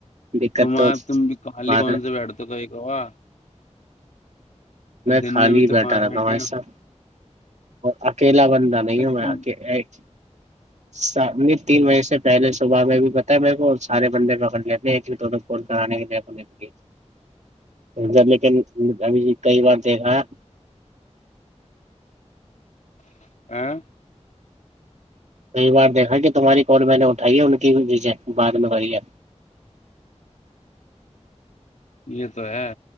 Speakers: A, on the right; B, on the left.
A: دقت
B: تمہار
A: تو
B: تمال
A: بات
B: کون
A: ہے
B: سے بیٹھتے تو ایکوا دن
A: خالی
B: میں بھی تو
A: بیٹھا
B: پانچ
A: رہتا
B: ہٹے
A: ہوں بھائی
B: ہیں
A: صاحب اور اکیلا بننا نہیں ہوں میںک
B: تم
A: سام تین بجے سے پہلے صبح میں بھی پتا ہے میرے کو سارے بندے پکڑ لیتے ہیں دونوں فون کرانے کے لی لیکن اب کئی بار دیکھا ہے
B: <inaudible>
A: کئی بار دیکھا کہ تمہاری کال میں نے اٹھائی ہے ان کییز بعد میں کری ہے
B: یہ تو ہے